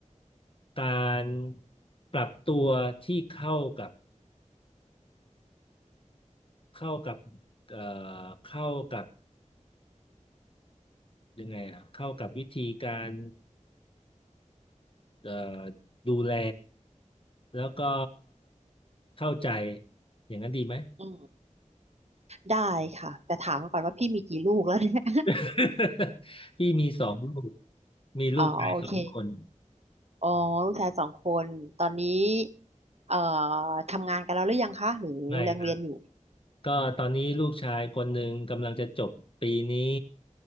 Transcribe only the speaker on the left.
การปรับตัวที่เข้ากับเข้ากับเอ่อเข้ากับยังไงอะเข้ากับวิธีการเอ่อดูแลแล้วก็เข้าใจอย่างนั้นดีไหม
<laughs> พี่มีสองลูก
มีลูกชายสองคน
ไม่ครับก็ตอนนี้ลูกชายคนหนึ่งกำลังจะจบปีนี้